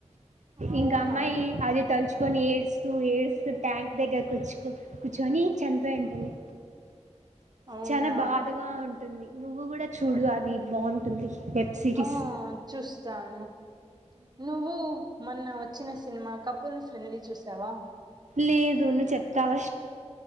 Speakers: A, on the right; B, on the right.
A: అవునా
B: ఇంగ అమ్మాయి అదే తరిచు కొని ఏడుస్తూ ఏడుస్తూ ట్యాంక్ దగ్గర కూర్చుకో కూర్చొని చనిపోయి ఉంటుంది
A: అవునా
B: చాలా బాధగా ఉంటు ది నువ్వు కూడా చూడు అది బాగుంటుంది వెబ్ సిరీస్
A: ఆ చూస్తాను నువ్వు మన్న వచ్చిన సినిమా క ఫుల్ ఫ్రెండ్లీ చూసావా
B: లేదు నువ్వు చెప్తావ